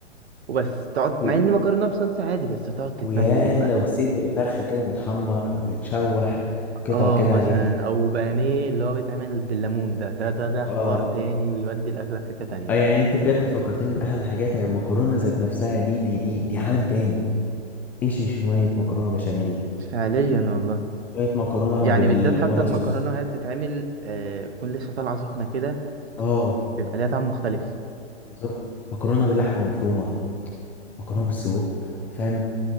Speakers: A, on the right; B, in the centre.
A: وبس تقعد
B: مم.
A: مع ان مكرونة بصلصة عادي بس تقعد تتمزج
B: ويا
A: بقى
B: لو صدر فرخة كده متحمر أو متشوح قطع
A: اه
B: كده
A: مثلا
B: عليها
A: او بانيه اللي هو بيتعمل بالليمون ده ده ده ده حوار
B: اه
A: تاني ويودي الاكله في حته تانية
B: آه يعني انت بجد فكرتني بأحد الحاجات يعني المكرونة ذات نفسها دي دي دي دي عالم تاني ايش شوية مكرونة بشاميل
A: فعليا والله
B: شوية مكرونة
A: يعني
B: بالوايت
A: بالذات حتى المكرونه
B: صوص
A: وهي بتتعمل آه تكون لسه طالعه سخنه كده
B: اه
A: بيبقى ليها طعم مختلف
B: بالظبط مكرونة باللحمة المفرومة مكرونة بالسجق فاهم